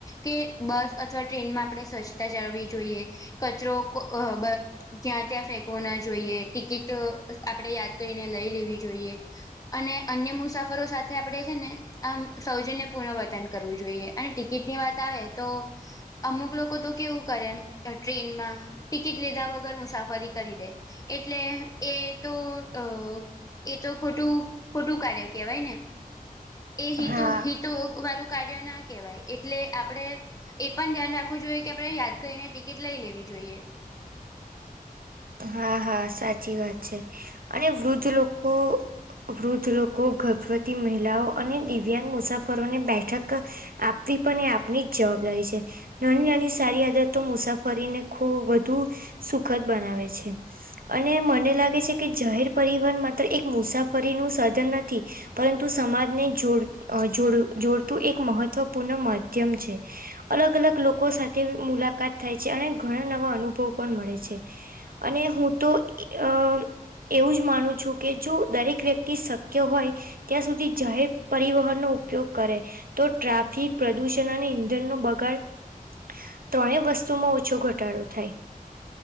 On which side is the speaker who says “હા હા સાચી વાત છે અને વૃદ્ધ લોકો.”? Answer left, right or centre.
Right